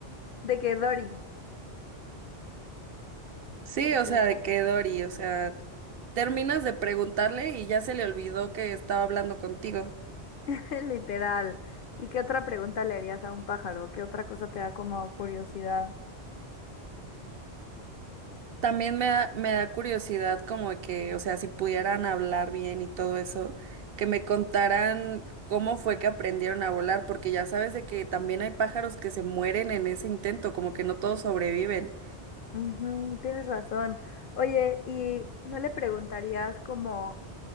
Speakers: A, on the left; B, on the right.
A: De que Dory,
B: Sí,
A: Literal.
B: o sea, de que Dory, o sea, terminas de preguntarle y ya se le olvidó que estaba hablando contigo.
A: <laughs> literal. ¿Y qué otra pregunta le harías a un pájaro? ¿Qué otra cosa te da como curiosidad?
B: También me da, me da curiosidad como de que, o sea, si pudieran hablar bien y todo eso, que me contaran cómo fue que aprendieron a volar, porque ya sabes de que también hay pájaros que se mueren en ese intento, como que no todos sobreviven.
A: Ujú, tienes razón. Oye, ¿y no le preguntarías como...